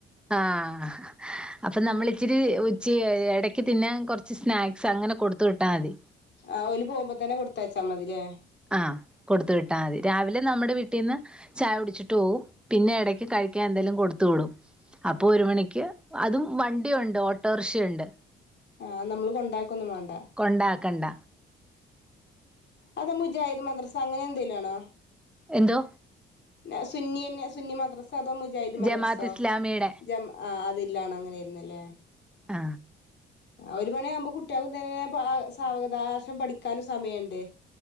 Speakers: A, in the centre; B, on the left.
A: ആഹ അപ്പൊ നമ്മൾ
B: ഉം
A: ഇച്ചിരി ഉച്ചി ഇടയ്ക്ക് പിന്നെ കുറച്ച് സ്നാക്സ് അങ്ങനെ കൊടുത്ത് വിട്ടാൽ മതി
B: ആ ഓല് പോകുമ്പോ തന്നെ കൊടുത്തയച്ചാൽ മതിലേ
A: ആ കൊടുത്ത വിട്ടാൽ മതി രാവിലെ നമ്മുടെ വീട്ടിൽന്ന് ചായ കുടിച്ചിട്ട് പോകും പിന്നെ ഇടക്ക് കഴിക്കാൻ എന്തേങ്കലും കൊടുത്ത തുടും <inaudible>
B: ആഹ്
A: അപ്പൊ ഒരു മണിക്ക് അതും വണ്ടിയുണ്ട് ഓട്ടോറിക്ഷയുണ്ട്
B: ആ നമ്മള് കൊണ്ടാക്ക വേണ്ട
A: കൊണ്ടാക്കണ്ട
B: അതെ മുജായിദ് ഈ മദ്റസ അങ്ങനെ എന്തേലും ആണോ
A: എന്തോ
B: ന സുന്നി എന്ന സുന്നി മദ്രസ സദാ മുജാഹിദ് മദ്രസോ
A: ജമാഅത്ത് ഇസ്ലാമിയുടെ
B: ജമ ആ അതില്ലാണ് അങ്ങനൊയിരുന്നല്ലേ
A: ആ
B: ഒരു മണിയാകുമ്പോ കുട്ടികളും തന്നെ സാവകാശം പഠിക്കാനും സമയുണ്ട്